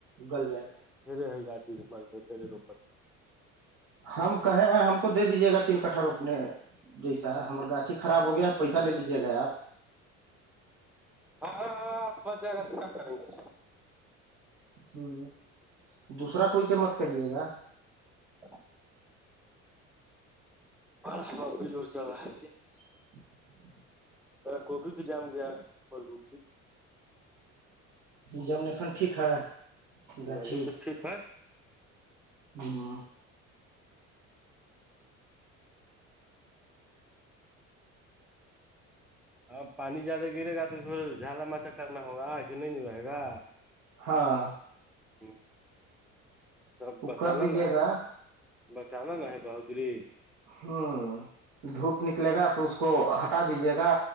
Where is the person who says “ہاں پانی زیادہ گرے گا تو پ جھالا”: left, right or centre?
Centre